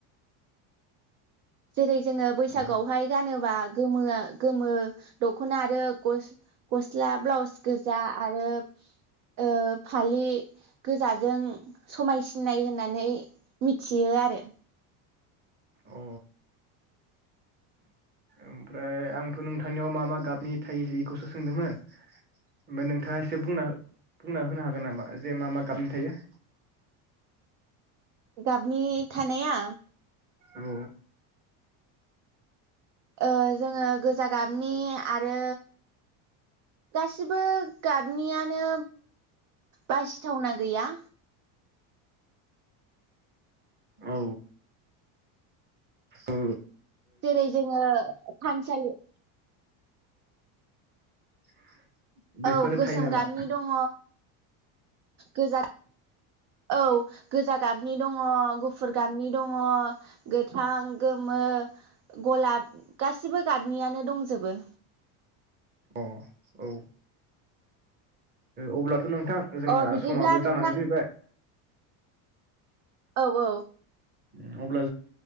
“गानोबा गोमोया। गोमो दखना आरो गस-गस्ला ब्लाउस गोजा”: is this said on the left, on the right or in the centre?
Right